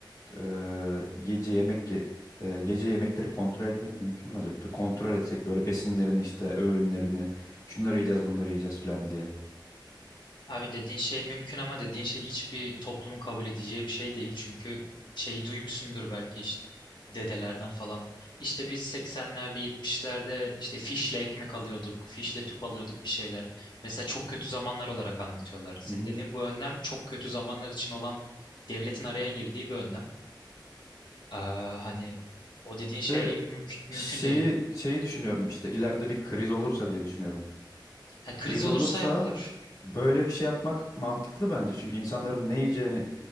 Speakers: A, on the left (about 50°); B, on the left (about 65°).
A: e, yiyece yemek ye- e, yiyece yemekleri kontrol etmek mümkün mü acaba? Bir kontrol etsek böyle besinlerini işte öğünlerini şunları yiyeceğiz bunları yiyeceğiz falan diye.
B: Abi dediğin şey mümkün ama dediğin şey hiçbir toplumun kabul edeceği bir şey değil. Çünkü şeyi duymuşsundur belki işte dedelerden falan. İşte biz 80'lerde 70'lerde işte fişle ekmek alıyorduk, fişle tüp alıyorduk bir şeyler. Mesela çok kötü zamanlar olarak anlatıyorlar. Senin
A: Hı hı.
B: dediğin bu önlem çok kötü zamanlar için olan devletin araya girdiği bir önlem. Aa, hani o dediğin
A: İşte
B: şey mümkün,
A: şeyi
B: mümkün değil.
A: şeyi düşünüyorum işte ileride bir kriz olursa diye düşünüyorum.
B: Ha, kriz
A: Kriz
B: olursa
A: olursa
B: yapılır.
A: böyle bir şey yapmak mantıklı bence. Çünkü insanların ne yiyeceğini